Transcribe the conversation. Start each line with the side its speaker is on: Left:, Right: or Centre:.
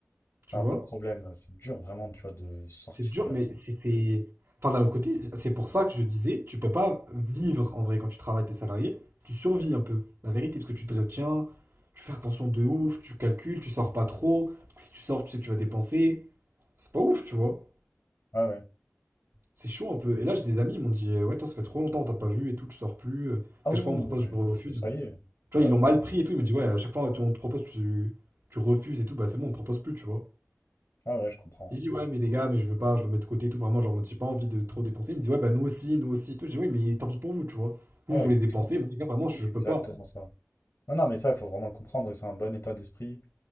Left: C'est
Right: Tu
Left: un
Right: vois?
Left: peu le problème. euh, C'est dur vraiment, tu vois, de sortir.
Right: C'est dur, mais c'est... c'est- Enfin, d'un autre côté, c'est pour ça que je disais, tu peux pas vivre en vrai quand tu travailles, t'es salarié, tu survis un peu, la vérité, parce que tu te retiens, tu fais attention de ouf, tu calcules, tu sors pas trop, parce que si tu sors, tu sais que tu vas dépenser, c'est pas ouf, tu vois.
Left: ah ouais.
Right: C'est chaud un peu. Et là, j'ai des amis, ils m'ont dit, euh, ouais, toi, ça fait trop longtemps, on t'a pas vu et tout, tu sors plus, euh, parce
Left: Ah
Right: qu'à
Left: oui,
Right: chaque fois, on me propose,
Left: oui, non, mais
Right: je refuse.
Left: parce que ça y est.
Right: Tu
Left: Bah
Right: vois, ils l'ont
Left: oui.
Right: mal pris et tout, ils m'ont dit, ouais, à chaque fois, tu- on te propose, tu, tu refuses et tout, bah c'est bon, on te propose plus, tu vois.
Left: Ah ouais, je comprends.
Right: Et Je dis ouais, mais les gars, mais je veux pas, je le mets de côté et tout. Vraiment, genre, en mode, j'ai pas envie de trop dépenser. Il me dit, ouais, bah nous aussi, nous aussi et tout. Je dis, oui, mais tant pis pour vous, tu vois.
Left: Ouais,
Right: Vous voulez
Left: exactement.
Right: dépenser, moi, les gars, vraiment, je,
Left: C'est
Right: je peux
Left: exactement
Right: pas.
Left: ça. Non, non, mais ça, il faut vraiment le comprendre et c'est un bon état d'esprit.